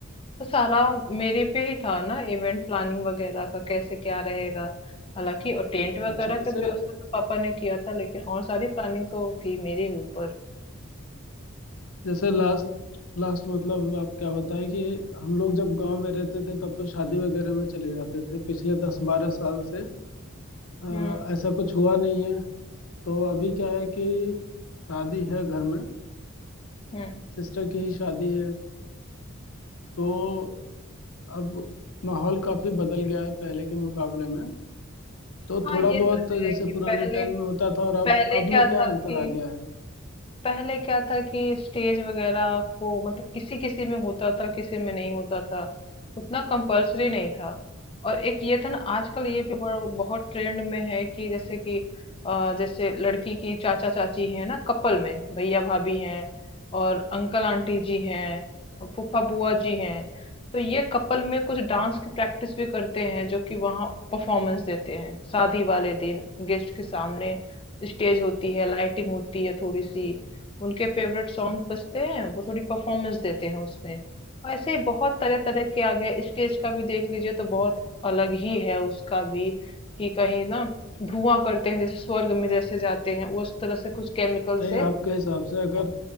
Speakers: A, on the left; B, on the left.
A: तो सारा मेरे पे ही था ना इवेंट प्लानिंग वगैरह का कैसे क्या रहेगा हालांकि और टेंट वगैरह
B: अच्छा जैसे
A: का व्यवस्था तो पापा ने किया था लेकिन और सारी प्लानिंग तो थी मेरे ही ऊपर
B: जैसे लास्ट लास्ट मतलब आप क्या बताएं कि हम लोग जब गांव में रहते थे तब तो शादी वगैरह में चले जाते थे पिछले दस बारह साल से अ,
A: हम्म
B: ऐसा कुछ हुआ नहीं है तो अभी क्या है कि शादी है घर में
A: हम्म
B: सिस्टर की ही शादी है तो अब माहौल काफी बदल गया है पहले के मुकाबले में तो
A: हाँ
B: थोड़ा
A: ये
B: बहुत
A: तो है
B: जैसे
A: कि
B: पुराने
A: पहले
B: टाइम में होता था और अब
A: पहले
B: अब
A: क्या
B: में क्या
A: था
B: अंतर
A: कि
B: आ गया है
A: पहले क्या था कि स्टेज वगैरह को मतलब किसी किसी में होता था किसी में नहीं होता था उतना कंपल्सरी नहीं था और एक ये था ना आजकल ये भी बड़ा- बहुत ट्रेंड में है कि जैसे कि अ, जैसे लड़की की चाचा चाची है ना कपल में भैया भाभी हैं और अंकल आंटी जी हैं और फूफा बुआ जी हैं तो ये कपल में कुछ डांस की प्रैक्टिस भी करते हैं जो कि वहाँ परफॉर्मेंस देते हैं शादी वाले दिन गेस्ट के सामने स्टेज होती है लाइटिंग होती है थोड़ी सी उनके फेवरेट सॉन्ग बजते हैं वो थोड़ी परफॉर्मेंस देते हैं उसमें ऐसे ही बहुत तरह तरह के आ गए स्टेज का भी देख लीजिए तो बहुत अलग ही है उसका भी कि कहीं ना धुआं करते हैं जैसे स्वर्ग में जैसे जाते हैं उस तरह से कुछ केमिकल
B: नहीं
A: से
B: आपके हिसाब से
A: वो
B: अगर